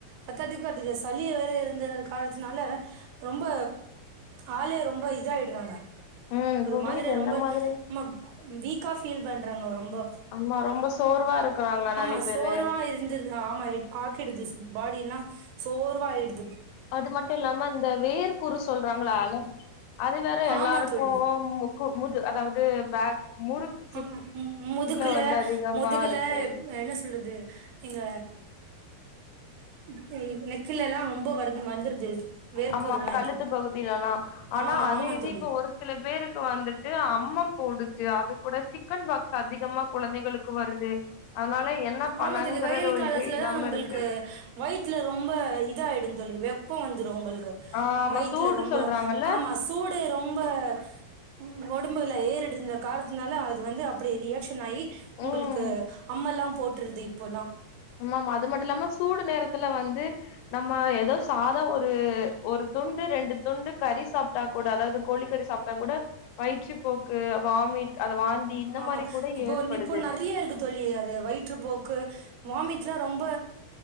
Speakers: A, on the right; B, on the left.
A: பத்தாததுக்கு அதுல சளி வேற இருந்த காலத்துனால ரொம்ப ஆள ரொம்ப இதாயிடுறாங்க
B: ம்
A: ஒரு
B: புரியுது
A: மாதிரி
B: இந்த
A: ரொம்ப
B: மாதிரி
A: ம் வீக்கா ஃபீல் பண்றாங்க ரொம்ப
B: ஆமா ரொம்ப சோர்வா இருக்குறாங்க நெறைய
A: ஆமா
B: பேரு
A: சோர்வா இருந்திருது ஆமா பிடுது பாடி எல்லாம் சோர்வா ஆய்டுது
B: அது மட்டும் இல்லாம இந்த வேர் குறு சொல்றாங்களா அ அது வேற எல்லாருக்கும்
A: ஆமா தோழி
B: முக்கு முது அதாவது பேக் முறுக்கு சி
A: ஆஹ முதுகுல
B: வந்து அதிகமா
A: முதுகுல
B: இருக்கு
A: என்ன சொல்றது இங்க அப்படி நெத்தில எல்லாம் ரொம்ப வருது வந்துருது வேர்க்கூறுல்லா
B: ஆமா கழுத்து
A: இப்போ
B: பகுதியிலதான் ஆனா
A: ஆமா
B: அதே
A: ஆமா
B: இது
A: தோழி
B: இப்ப ஒரு சில பேருக்கு வந்துட்டு அம்ம போடுது அது கூட சிக்கன் பாக்ஸ் அதிகமா குழந்தைகளுக்கு வருது அதனால என்ன பண்ணனுங்கறது
A: ஆமா தோழி வெயில்
B: ஒரு
A: காலத்துல
B: இதே இல்லாம
A: தான் உங்களுக்கு
B: இருக்கு
A: வயித்துல ரொம்ப இதயிடும் தோழி வெப்பம் வந்துடும் உங்களுக்கு
B: ஆ ஆமா
A: வயத்துல
B: சூடு
A: ரொம்ப
B: சொல்றாங்கல்ல
A: ஆமா சூடு ரொம்ப உம் உடம்புல ஏறிடுந்த காலத்துனால அது வந்து அப்படி ரியாக்ஷன் ஆகி உங்களுக்கு
B: ம்
A: அம்ம எல்லாம் போட்டுறது இப்போல்லா
B: ஆமாம அது மட்டு இல்லாம சூடு நேரத்துல வந்து நம்ம ஏதோ சாதா ஒரு ஒரு துண்டு ரெண்டு துண்டு கறி சாப்பிட்டா கூட அதாவது கோழி கறி சாப்பிட்டா கூட வயிற்று போக்கு வாமிட் அது வாந்தி இந்த
A: ஆமா
B: மாரி கூட
A: இப்போ
B: ஏற்படுது
A: இப்போ நெறைய இருக்கு தோழி அது வயிற்று போக்கு வாமிட்லா ரொம்ப